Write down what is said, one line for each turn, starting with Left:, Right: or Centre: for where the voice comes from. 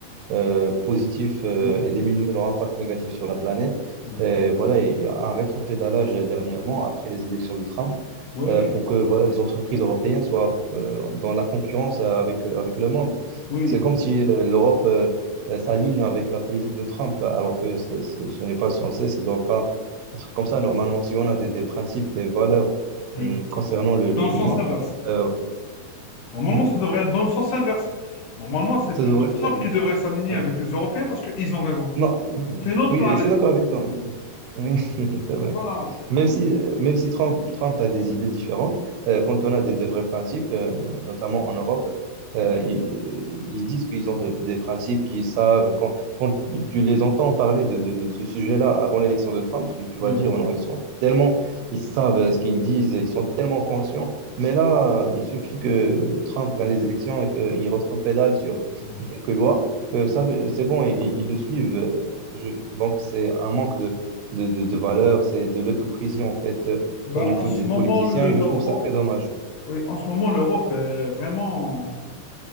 Right: euh, positif euh,
Left: oui,
Right: et diminuer leur impact négatif sur la planète.
Left: oui,
Right: Et voilà, il y a un rétropédalage dernièrement après les élections de Trump
Left: oui.
Right: euh, pour que voilà, les entreprises européennes soient euh, dans la concurrence avec, avec le monde.
Left: oui.
Right: C'est comme si euh, l'Europe euh, euh, s'aligne avec la politique de Trump, alors que ce, ce- ce n'est pas censé, ça ne doit pas être comme ça. Normalement, si on a des des principes, des valeurs,
Left: Oui.
Right: Hmm, concernant le,
Left: Dans
Right: le
Left: le
Right: climat,
Left: sens inverse.
Right: euh,
Left: Normalement,
Right: hmm,
Left: ça devrait être dans le sens inverse. Normalement, c'est
Right: ça
Left: plutôt
Right: devrait faire-
Left: Trump qui devrait s'aligner
Right: ouais.
Left: avec les Européens parce qu'ils ont raison.
Right: Non, non.
Left: C'est notre
Right: oui,
Left: planète.
Right: je suis d'accord avec toi. hein. Oui, <laughs> c'est vrai.
Left: Voilà.
Right: Même si, euh, même si Trump, Trump a des idées différentes, euh, quand on a des, des vrais principes, euh, no, notamment en Europe, euh, ils, euh, ils disent qu'ils ont de- des principes qu'ils savent. Quand, quand tu les entends parler de, de- de ce sujet-là avant l'élection de Trump, tu, tu vas
Left: Ouais.
Right: dire, oh non, ils sont tellement, ils savent euh, ce qu'ils disent, ils sont
Left: Ouais.
Right: tellement conscients. Mais là, il suffit que Trump gagne les élections et qu'il retropédale sur
Left: Ouais.
Right: quelques lois euh, ça, fait- c'est bon, ils, ils le suivent. euh, je- donc, c'est un manque de, de, de, de valeur, c'est de l'hypocrisie, en fait, euh,
Left: Ben,
Right: au niveau
Left: en ce
Right: des
Left: moment,
Right: politiciens,
Left: l'Europe,
Right: et je trouve ça très dommage.
Left: oui, en ce moment, l'Europe est vraiment,